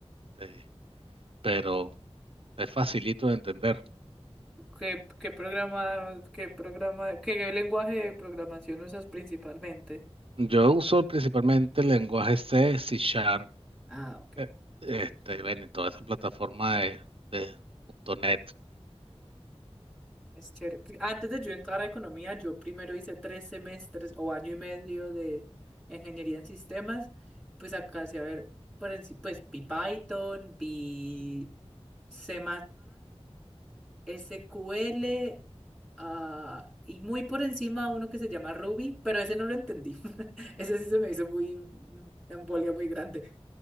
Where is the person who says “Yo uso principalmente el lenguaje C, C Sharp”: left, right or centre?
Right